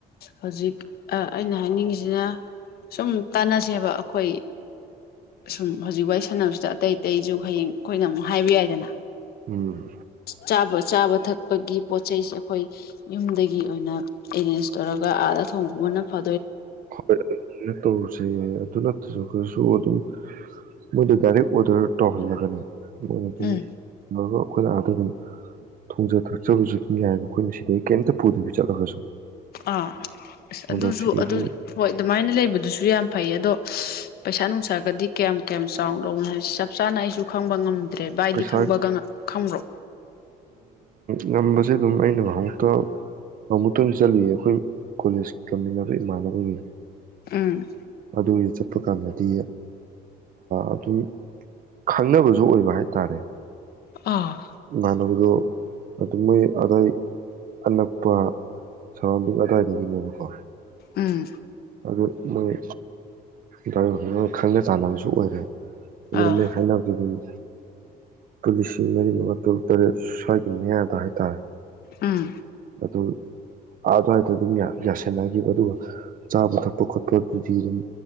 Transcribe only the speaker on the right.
ꯎꯝ
ꯍꯣꯏꯩꯅ ꯇꯧꯔꯨꯁꯦ ꯑꯗꯨ ꯅꯠꯇ꯭ꯔꯁꯨ ꯇꯔꯁꯨ ꯑꯗꯨꯝ ꯃꯣꯏꯗ ꯗꯥꯏꯔꯦꯛ ꯑꯣꯗꯔ ꯇꯧꯍꯜꯂꯒꯅꯦ ꯃꯣꯢꯅ ꯑꯗꯨꯒꯤ
<unintelligible> ꯑꯩꯈꯣꯏꯅ ꯑꯗ ꯑꯗꯨꯝ ꯊꯣꯡꯖ ꯊꯛꯆꯕꯁꯨ ꯑꯗꯨꯝ ꯌꯥꯏꯑꯕ ꯑꯩꯈꯣꯏꯅ ꯁꯤꯗꯗꯒꯤ ꯀꯩꯝꯇ ꯄꯨꯗꯕꯤ ꯆꯠꯂꯒꯁꯨ
ꯑꯗꯣ ꯁꯤꯗꯒꯤ
ꯄꯩꯁꯥ
ꯉꯝꯕꯁꯦ ꯑꯗꯨꯝ ꯑꯩꯅ ꯉꯨꯛꯇ ꯑꯃꯨꯛꯇꯪ ꯆꯠꯂꯤꯌꯦ ꯑꯩꯈꯣꯏ ꯀꯣꯂꯦꯖ ꯇꯝꯃꯤꯟꯅꯕ ꯏꯃꯥꯟꯅꯕꯒꯤ
ꯑꯗꯨ ꯆꯠꯄ ꯀꯥꯟꯗꯗꯤ ꯑꯗꯨꯝ ꯈꯪꯅꯕꯁꯨ ꯑꯣꯏꯕ ꯍꯥꯏꯇꯥꯔꯦ
ꯏꯃꯥꯟꯅꯕꯗꯣ ꯑꯗꯨꯝ ꯃꯣꯏ ꯑꯗꯥꯏ ꯑꯅꯛꯄ ꯁꯔꯥꯎꯟꯗꯤꯡ ꯑꯗꯥꯏꯗꯒꯤꯅꯦꯕꯀꯣ
ꯑꯗꯣ ꯃꯣꯏ ꯗ꯭ꯔꯥꯏꯕꯔ ꯈꯪꯅ ꯆꯥꯟꯅꯕꯁꯨ ꯑꯣꯏꯔꯦ ꯑꯗꯨꯗ
ꯃꯣꯏ ꯍꯥꯏꯅꯗꯨꯗꯅꯤ ꯨ ꯂꯤꯁꯤꯡ ꯃꯔꯤ ꯃꯉꯥ ꯇꯔꯨꯛ ꯇꯔꯦꯠ ꯁ꯭ꯋꯥꯏꯒꯤ ꯃꯌꯥꯗ ꯍꯥꯏꯇꯥꯔꯦ
ꯑꯗꯨꯝ ꯥ ꯑꯗꯨꯋꯥꯏꯗ ꯑꯗꯨꯝ ꯌꯥꯁꯟꯅꯒꯤꯕ ꯑꯗꯨꯒ ꯆꯥꯕ ꯊꯛꯄ ꯈꯣꯠꯄ ꯑꯗꯨꯗꯤ ꯑꯗꯨꯝ